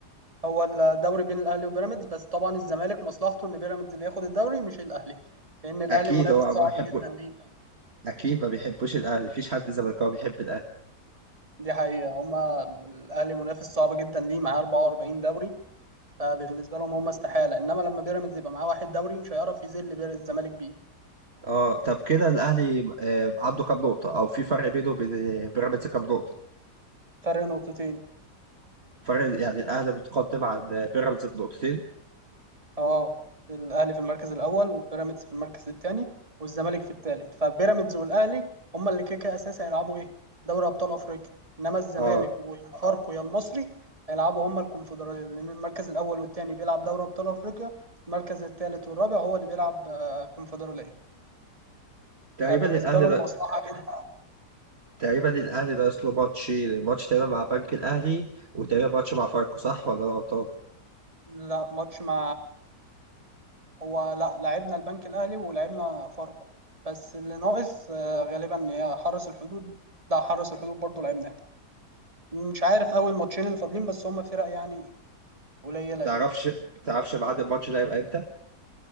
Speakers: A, on the right; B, on the right.
A: هو الدوري بين الاهلي وبيراميدز بس طبعا الزمالك مصلحته ان بيراميدز اللي ياخد الدوري مش الاهلي لان الاهلي
B: اكيد
A: منافس
B: هو
A: صعب
B: ما بيحبه
A: جدا ليه
B: اكيد ما بيحبوش الاهلي مفيش حد زملكاوي بيحب الاهلي
A: دي حقيقة هم الاهلي منافس صعب جدا ليه معاه 44 دوري فبالنسبة لهم هم استحالة انما لما بيراميدز يبقى معاه واحد دوري مش هيعرف يذل بير- الزمالك بيه
B: اه طب كده الاهلي آه، عنده كام نقطه او في فرق بينه وبين بيراميدز كام نقطه
A: فرق نقطتين
B: فرق يعني الاهلي متقدم عن بيراميدز بنقطتين
A: اه الاهلي في المركز الاول وبيراميدز في المركز الثاني والزمالك في الثالث فبيراميدز والاهلي هما اللي كده كده اساسي هيلعبوا ايه دوري ابطال افريقيا انما الزمالك
B: اه
A: ويا فاركو يا المصري هيلعبوا هما الكونفدراليه لان المركز الاول والثاني بيلعب دوري ابطال افريقيا المركز الثالث والرابع هو اللي بيلعب آه، كونفدراليه
B: تقريبا
A: فبالنسبه
B: الاهلي
A: لهم
B: ده
A: مصلحه جدا
B: تقريبا الاهلي ناقص له ماتش ماتش تقريبا مع بنك الاهلي وتقريبا ماتش مع فاركو صح ولا انا غلطان
A: لا ماتش مع هو لا لعبنا البنك الاهلي ولعبنا فاركو بس اللي ناقص آه، غالبا هي حرس الحدود لا حرس الحدود برضه لعبناه مش عارف اول ماتشين اللي فاضلين بس هما فرق يعني قليله
B: ما تعرفش
A: يعني
B: ما تعرفش بعد الماتش ده يبقى امتى